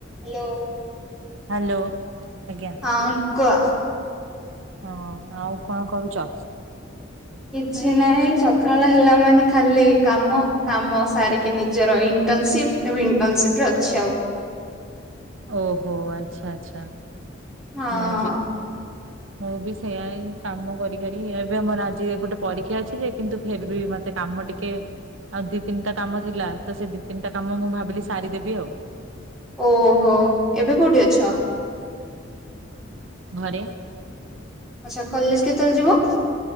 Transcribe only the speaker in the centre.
Hello.
ହଁ କୁହ।
କିଛି ନାଇଁ ସକାଳ ହେଲା ମାନେ ଖାଲି କାମ। କାମ ସାରିକି ନିଜର ଇଣ୍ଟର୍ନସିପ ଏବେ ଇଣ୍ଟର୍ନସିପ ରେ ଅଛି ଆଉ।
ହଁ।
ଓହୋ, ଏବେ କୋଉଠି ଅଛ?
ଆଚ୍ଛା କଲେଜ କେତେବେଳେ ଯିବ?